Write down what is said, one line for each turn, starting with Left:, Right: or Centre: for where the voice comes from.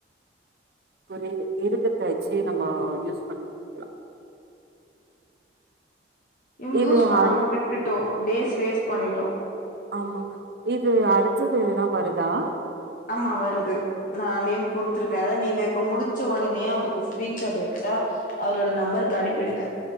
Right: புரியுது இருக்கறத வச்சு நம்ம யூஸ் பண்ணிக்கலாம்
Left: இங்க
Right: இது
Left: யூஸ் பண்ணாம
Right: அடு
Left: விட்டுட்டோம் டேஸ் வேஸ்ட் பண்ணிட்டோம்
Right: ஆமா இது அடுத்தது எதுனா வருதா
Left: ஆமா வருது நான் நேம் குடுத்துருக்கேன் அதாவது நீங்க இப்ப முடிச்ச உடனே அவருக்கு ஸ்கிரீன்ஷாட் எடுத்தா அவரோட நம்பருக்கு அனுப்பிடுங்க